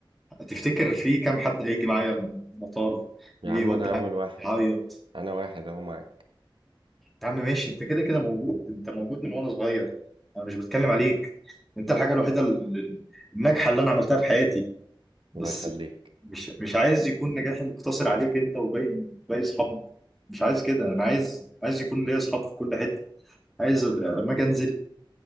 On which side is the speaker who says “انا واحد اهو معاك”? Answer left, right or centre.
Right